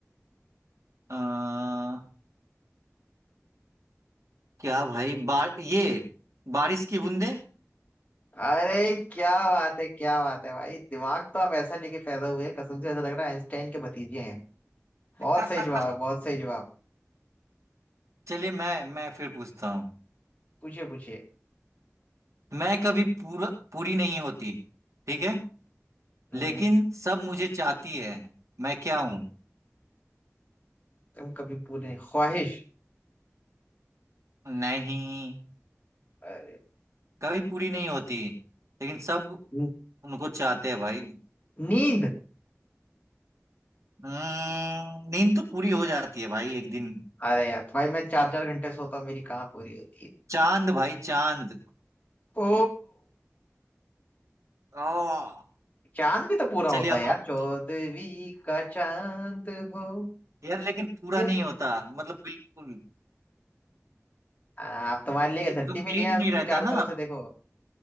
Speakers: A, on the right; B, on the left.
A: आ, क्या भाई बार ये बारिश की बूंदे
B: अरे क्या बात है क्या बात है भाई दिमाग तो आप ऐसा लेके पैदा हुए हैं, कसम से ऐसा लग रहा है आइंस्टाइन के भतीजे हैं बहुत
A: <laughs>
B: सही जवाब है बहुत सही जवाब
A: चलिए मैं मैं फिर पूछता हूँ
B: पूछिए पूछिए
A: मैं कभी पूरा पूरी नहीं होती ठीक है
B: हम्म
A: लेकिन सब मुझे चाहती है मैं क्या हूँ
B: तुम कभी पूरी नहीं ख्वाहिश
A: नहीं
B: अरे
A: कभी पूरी नहीं होती लेकिन सब
B: न-
A: उनको चाहते हैं भाई
B: नींद
A: हम्म, नींद तो पूरी हो जाती है भाई एक दिन
B: अरे यार भाई मैं चार चार घंटे सोता हूँ मेरी कहाँ पूरी होती है
A: चांद भाई चांद
B: ओ
A: ओ
B: चांद भी तो पूरा होता
A: चलिए
B: है
A: अब
B: यार
A: आप पूछिए
B: चौदहवीं का चांद हो
A: यार लेकिन पूरा
B: ये
A: नहीं होता मतलब बिल्कुल
B: आप तुम्हारे लिए
A: ये
B: धरती
A: कंप्लीट
B: पे लिया है उसके
A: नहीं रहता
B: चारों
A: ना
B: तरफ
A: आप
B: से देखो